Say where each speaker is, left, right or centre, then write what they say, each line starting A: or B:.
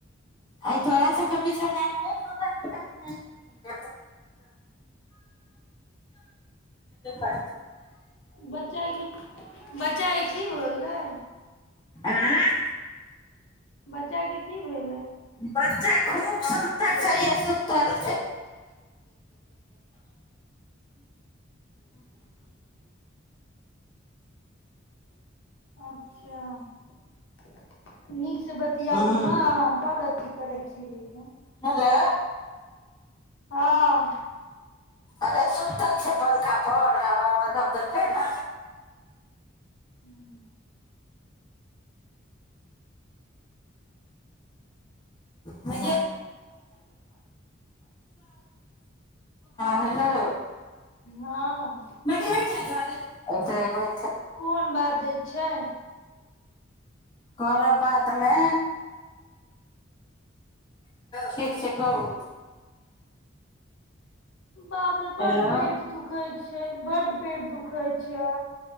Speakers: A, on the left; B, on the left.
A: आ तोड़ा सब पीछा नहि सोता देीने ह
B: बच्चाके बच्चाे की होललै
A: आँय
B: बच्चा के की भेलै
A: बच्चा खूब सुतर चाहिए सुतर
B: अच्छा ठीक बतियाबू
A: हँ
B: ने बड़ अ करै छिय लैके
A: हेलो
B: हँ
A: अरे सुतल छै पंखा पर हवामे धऽ देलकै ने
B: ह्म
A: हँ हेलो
B: हँ
A: म र जा छ एतन
B: फोन बाजै छै
A: करब बादमे ठीक छै कहू
B: बाप रे बड
A: हेलो
B: पेट दुखै छै बड पेट दुखे छै